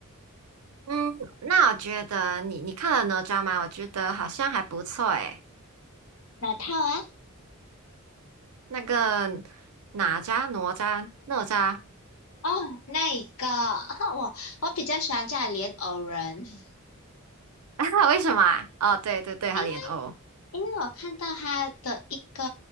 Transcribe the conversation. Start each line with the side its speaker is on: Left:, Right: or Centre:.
Right: 嗯，那我觉得你你看了哪吒吗？我觉得好像还不错诶。
Left: 哪套啊？
Right: 那个哪吒、哪吒、哪吒，
Left: 哦，那一个，<laughs> 我我比较喜欢叫莲藕人。<laughs>
Right: <laughs> 为什么啊？哦，对对对，
Left: 因
Right: 他莲藕。哦
Left: 因为我看到他的一个